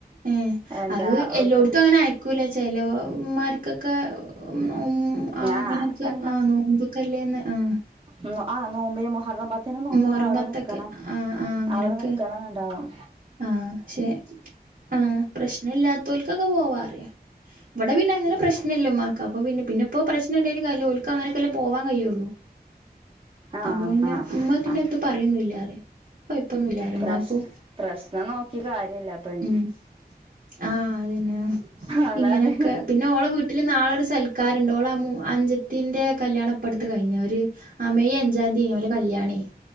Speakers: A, on the right; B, on the right.
A: ഏഹ്
B: എന്താ
A: അത് എല്ലോടത്തു
B: ഇപ്പൊ
A: അങ്ങനെ അയക്കൂല ചെലോമ്മാര്ക്കൊക്കെ ഉം നും ഉം അങ്ങനൊക്കെ
B: ആഹ് ഒക്കെ
A: ആഹ് നോമ്പൊക്കല്ലേന്ന് ആഹ്
B: ഉം ആ നോമ്പിന് മുഹറം പ ത്തിന് നോമ്പിന്
A: മുഹറം
B: അവടെ
A: പത്തൊക്കെ
B: നിക്കണം
A: ആഹ് ആഹ് അങ്ങനൊക്കെ
B: അവടെ നിക്കണം ണ്ടാവും
A: ആഹ് പക്ഷെ ആഹ് പ്രശ്നല്ലാത്തോൽക്കൊക്കെ പോവാറിയാ വടെ പിന്നങ്ങനെ പ്രശ്നല്ല മ്മാക്ക് അപ്പൊ പിന്നെ പിന്നെപ്പോ പ്രശ്നണ്ടായിട്ടും കാര്യല്ല ഓൽക്കങ്ങാനൊക്ക പോവാ കയ്യുള്ളൂ.
B: ആഹ്
A: അപോ പിന്നെ
B: ആഹ്
A: ഉമ്മത്തിന്നത്ത്
B: ആ
A: പറയൊന്നുംല്ലാറ കൊയപ്പൊന്നുംല്ല
B: പ്രശ്
A: ഉമ്മാക്കും
B: പ്രശ്നം നോക്കി കാര്യല്ല പെൺ
A: ഉം ആഹ് അതന്നെ
B: അതാണ്
A: ഇങ്ങനെയൊക്കെ പിന്നെ ഓള വീ വീട്ടില് നാളൊരു സൽക്കാരണ്ട് ഓള അ മൂ അനുജത്തിന്റെ കല്യാണപ്പടുത്ത കയിഞ്ഞ ഒരു ആ മെയ് അഞ്ചാം തീയിനു ഓലെ കല്യാണേയ്